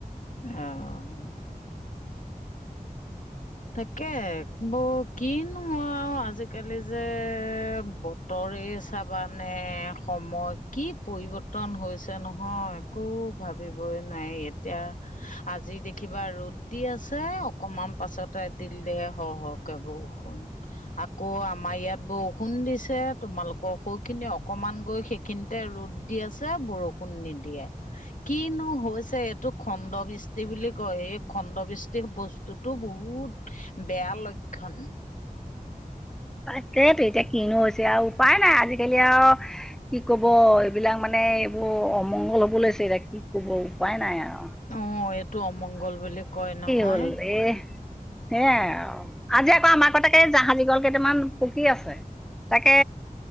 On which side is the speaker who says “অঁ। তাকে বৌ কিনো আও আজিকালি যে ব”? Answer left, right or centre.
Left